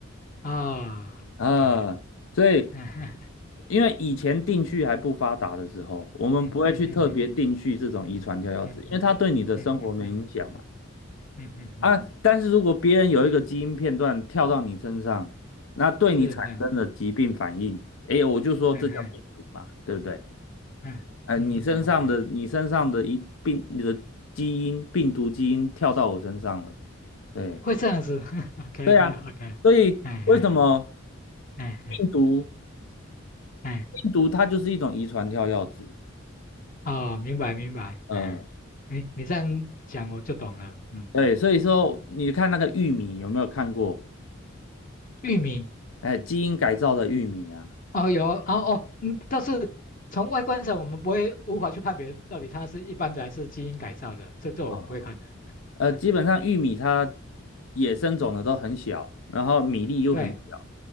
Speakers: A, on the left (about 40°); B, on the left (about 85°).
A: 啊，OK，
B: 啊，所以
A: <laughs>
B: 因为以前定序还不发达的时候，我们不会去特别定序这种遗传跳药子，
A: 嗯嗯嗯嗯嗯嗯
B: 因为它对你的生活没影响嘛。
A: 嗯嗯嗯嗯嗯嗯嗯，
B: 啊，
A: 嗯
B: 但是如果别人有一个基因片段跳到你身上，那对你产生了疾病反应，
A: 是，哎
B: 哎，我就说这叫病毒嘛，
A: 哎哎
B: 对不对？
A: 哎，
B: 呃，
A: 嗯，OK，
B: 你身上的你身上的一病，你的基因病毒基因跳到我身上了。对，
A: 会这样子 <laughs>，OK
B: 对啊，
A: 啊 OK，
B: 所以为什么
A: 哎哎哎哎
B: 病毒
A: 哎，
B: 病毒它就是一种遗传跳跃子？
A: 哦，明白明白，
B: 嗯，
A: 哎，你你这样讲我就懂了，嗯，
B: 对，所以说你看那个玉米有没有看过？
A: 玉米。
B: 哎，基因改造的玉米啊，
A: 哦，有哦，哦，嗯，但是从外观上，我们不会无法去判别到底它是一般的还是基因改造的，这这我不会看的。
B: 哦，
A: 哎，
B: 呃，
A: 哎
B: 基本上玉米它野生种的都很小，然后米粒又很小，
A: 对，